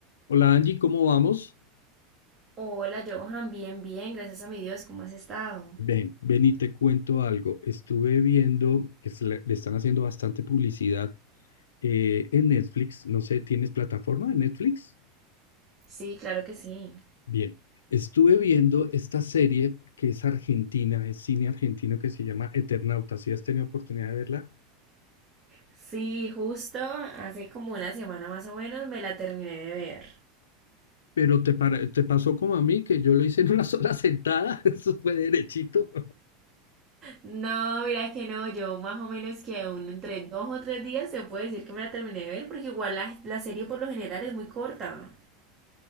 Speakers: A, on the left; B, on the right.
A: Hola Angie, ¿cómo vamos?
B: Hola, Johan, bien, bien, gracias a mi Dios, ¿cómo has estado?
A: Ven, ven y te cuento algo. Estuve viendo que se le, le están haciendo bastante publicidad eh, en Netflix. No sé, ¿tienes plataforma de Netflix?
B: Sí, claro que sí.
A: Bien, estuve viendo esta serie que es argentina, es cine argentino que se llama Eternauta. Si has tenido oportunidad de verla?
B: Sí, justo hace como una semana más o menos me la terminé de ver.
A: Pero te, para- te pasó como a mí, que yo lo hice en una sola sentada, <laughs> eso fue derechito.
B: No, mira que no, yo más o menos que aún entre dos o tres días se puede decir que me la terminé de ver porque igual la, la serie por lo general es muy corta.